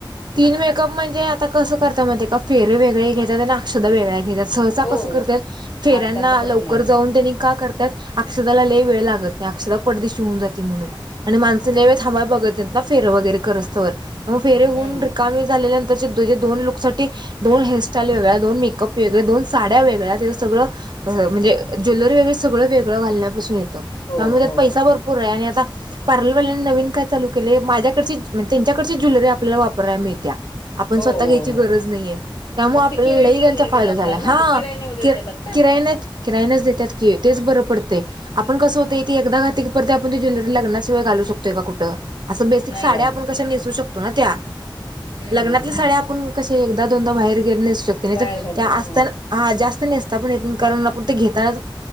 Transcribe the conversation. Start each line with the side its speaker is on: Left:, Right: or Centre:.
Right: तीन मेकअप म्हणजे आता कसं करत मग एका फेर वेगळे घेतात आणि अक्षध वेगळ्या घेतात सहसा
Left: हो
Right: कस करतय फेऱ्यांना
Left: आजकाल तसं
Right: लवकर
Left: पण निघालंय
Right: जाऊन त्यांनी का करतायत अक्षदाला लय वेळ लागत नही अक्षदा पडदे शिवून जाते म्हणून आणि माणसं लई वेळ थांबाया बघत हेत ना फेर वगैरे करस तोवर हो फेरे हून
Left: हम्म
Right: झाल्यानंतर चे तुझे दोन लूक्स साठी दोन हेअरस्टाईल वेगळ्या दोन मेकअप वेगळे दोन साड्या वेगळ्या <inaudible> सगळं म्ह म्हणजे ज्वेलरी वैगरे सगळं वेगळं घालण्या पासुन येतं त
Left: हो
Right: त्यामुळे त्यात
Left: हो
Right: पैसा भरपूर आहे आणि आता पार्लरवाल्यानी नवीन काय चालू केलंय माझ्याकडची म त्यांच्याकडची ज्वेलरी आपल्याला वापराय मिळतीया आपण
Left: हो
Right: स्वतः
Left: हो
Right: घ्यायची
Left: हो
Right: गरज नाहीये त्यामुळे
Left: मग
Right: आपल्या
Left: ते किरायने
Right: लई त्यांचा
Left: वगैरे
Right: फायदा
Left: देत असाल
Right: झाला
Left: ना
Right: हा
Left: ते किरायने वगैरे
Right: के के
Left: देतात का
Right: किरायाने किरायाने च देतात की तेच बरं पडतंय आपण कसं होतंय
Left: हं.
Right: ती एकदा घाती पडते आपण ती ज्वेलरी लग्नाशिवाय घालु शकते का कुठं असं बेसिक
Left: नाही
Right: साड्या
Left: घालू
Right: आपण
Left: शकत
Right: कसं नेसू शकतो व्हा त्या
Left: हम्म
Right: लग्नातल्या
Left: हम्म
Right: साड्या आपण कशे एकदा दोनदा बाहेर गेल नेस शकते नहीतर
Left: बाहेर घालत
Right: त्या असताना
Left: हो
Right: हा जास्त नेसता पण येत नही कारण आपण ते घेताना